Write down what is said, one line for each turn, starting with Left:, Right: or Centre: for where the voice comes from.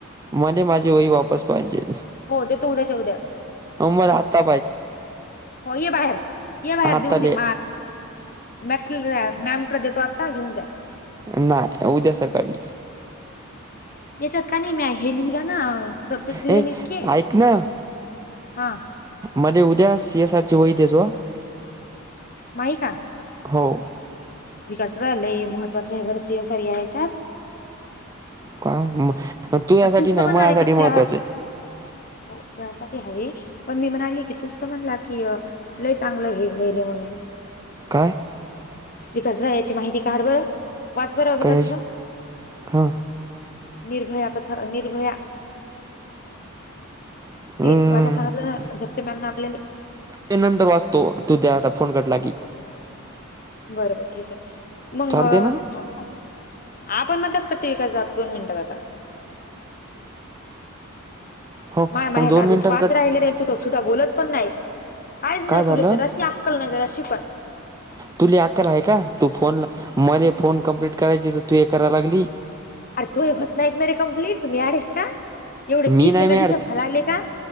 Right: मले माझी वही वापस पाहिजे.
Left: हो देतो उद्याच्या उद्याच
Right: आव मला आता
Left: हो ये बाहेर ये बाहेर
Right: आताले
Left: देऊन दे हो मॅम <inaudible> मॅमकड देतो आत्ता येेऊन जाय.
Right: नाय. उद्या सकाळी.
Left: याच्यात का नाही म्या हे लिहील ना सब्जेक्ट लिहिले
Right: ए
Left: न इतके
Right: ऐक ना
Left: हा
Right: मले उद्या सी. एस. आर. ची वही देझो
Left: माही का
Right: हो
Left: विकस दादा लय महत्त्वाच आहे. बर सी. एस. आर या याच्यात
Right: काय म तुया साठी
Left: तूच
Right: नाही
Left: तर म्हणला
Right: माया
Left: रे
Right: साठी
Left: की त्या
Right: महत्त्वाचं हाय.
Left: हो तुया साठी आहे. पण मी म्हणाली की तूच तर म्हणला की लय चांगलं हे व्हायले. म्हणून
Right: काय?
Left: विकस दादा याची माहिती काढ बर वाच बर विकास
Right: कशाची
Left: दादा
Right: हा
Left: निर्भया पतक निर्भया
Right: हम्म
Left: ते वाचाया सांगतलं, ना झपके मॅम ना आपल्याला
Right: ते नंतर वाचतो. तू त्या आता फोन कटला की-
Left: बरबर ठीक आहे, मग
Right: चालते ना
Left: थांब आपण मदच कट दाबतो दोन मिनिटात आता, <inaudible>
Right: हो
Left: माय माहेत
Right: मग दोन
Left: अजून
Right: मिनिटांकट
Left: पाच राहिले नाही. तू तर सुद्धा बोलत, पण नाहीस काहीच
Right: काय
Left: नाही
Right: झालं
Left: तुला जर अशी, अक्कल नाही जराशी.
Right: तुले अक्काल आहे का? तू फोन मला फोन कम्प्लीट करायचे तर तू हे कराला लागली.
Left: अरे तूझ होत नाहीत ना रे कम्प्लीट तुम्ही <unintelligible> एवढे
Right: मी
Left: तीस
Right: नाही
Left: एका
Right: मॅड
Left: दिवसात हला आले का?